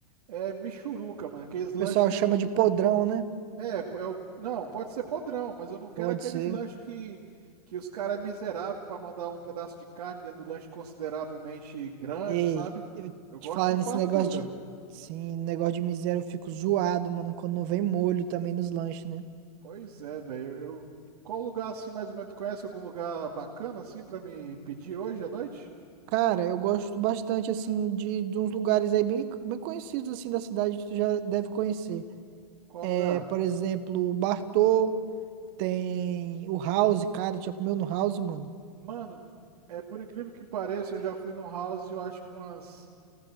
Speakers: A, on the right (about 70°); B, on the right (about 45°).
A: é, michuruca, mano. Aqueles lanches
B: pessoal
A: que
B: chama
A: tu.
B: de podrão, né?
A: É, pô, eu... não, pode ser podrão, mas eu não quero
B: Pode
A: aqueles
B: ser.
A: lanches que, que os caras é miserável pra mandar um pedaço de carne dentro do lanche consideravelmente grande,
B: Ei,
A: sabe?
B: eu
A: Eu gosto
B: te falar
A: de
B: nesse
A: fartura.
B: negócio de. Sim, negócio de miséria, eu fico zoado, mano, quando não vem molho também nos lanches, né?
A: Pois é, velho. Eu... eu- Qual lugar assim mais ou menos tu conhece? Algum lugar bacana assim pra me pedir hoje à noite?
B: Cara, eu gosto bastante, assim, de, de uns lugares aí bem, bem conhecidos, assim, da cidade que tu já deve conhecer.
A: Qual
B: É,
A: lugar?
B: por exemplo, o Bartô, tem
A: Uhum.
B: o House, cara, tu já comeu no House, mano?
A: Mano, é por incrível que pareça, eu já fui no house, eu acho que umas.